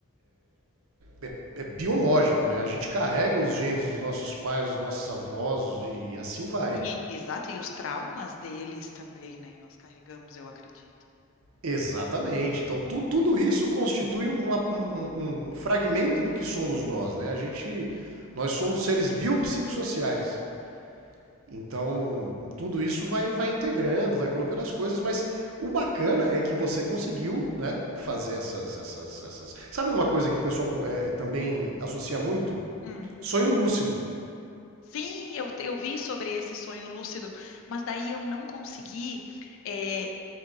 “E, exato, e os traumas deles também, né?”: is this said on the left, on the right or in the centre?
Left